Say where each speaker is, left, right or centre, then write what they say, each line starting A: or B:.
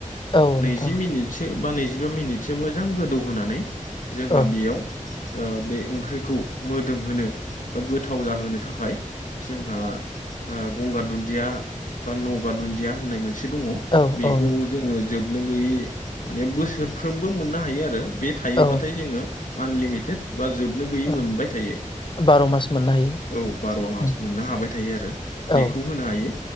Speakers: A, on the left; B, on the left.
A: औ
B: नैजि
A: नोंथां
B: मिनिटसो बा नैजिबा मिनिटसो मोजां गोदौहोनानै जोंहा
A: औ
B: बेयाव बे ओंख्रिखौ मोदोमहोनो बा गोथाव जाहोनो थाखाय जोंहा गंगार दुन्दिया बा नगा दुन्दिया होननाय मोनसे एसे दङ
A: औ
B: बेखौ
A: औ नो
B: जोङो जोबनो गैयै माने बोसोरफ्रोमबो मोननो हायो आरो बे थायोबाथाय
A: औ
B: जोङो आनलिमिटेड बा जोबनो गैयै
A: ओ
B: मोनबाय थायो।
A: बार' मास मोननो हायो
B: औ बार' मास
A: उम
B: मोननो हाबाय थायो आरो बेखौ
A: औ
B: होनो हायो